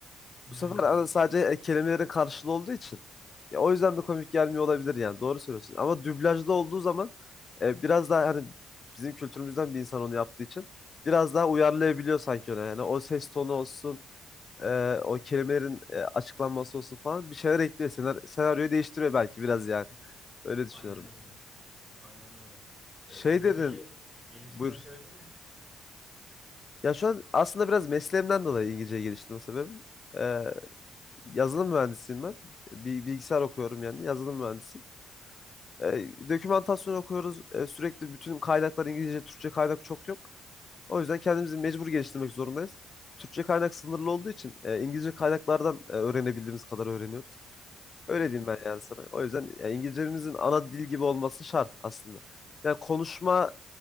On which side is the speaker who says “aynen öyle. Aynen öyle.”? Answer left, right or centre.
Centre